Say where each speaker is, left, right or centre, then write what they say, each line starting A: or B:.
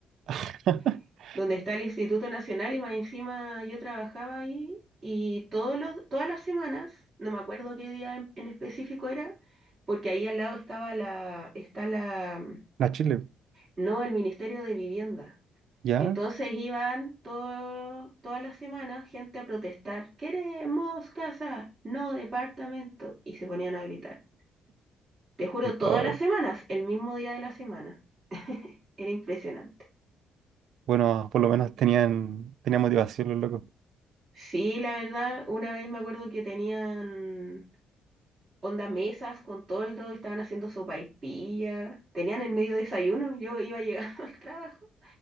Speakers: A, on the right; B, on the right.
A: <laughs>
B: <laughs> donde está el Instituto Nacional y más encima yo trabajaba ahí y todos los, todas las semanas, no me acuerdo qué día en, en específico era, porque ahí al lado estaba la, está la,
A: La Chile,
B: No, el Ministerio de Vivienda.
A: ¿ya?
B: Entonces iban todo, todas las semanas gente a protestar, queremos casa, no departamento, y se ponían a gritar. Te juro, todas
A: Oh.
B: las semanas, el mismo día de la semana. Era impresionante.
A: Bueno, por lo menos tenían, tenían motivación los locos.
B: Sí, la verdad, una vez me acuerdo que tenían onda mesas con toldo, estaban haciendo sopaipilla, tenían el medio desayuno, yo iba llegando <laughs> al trabajo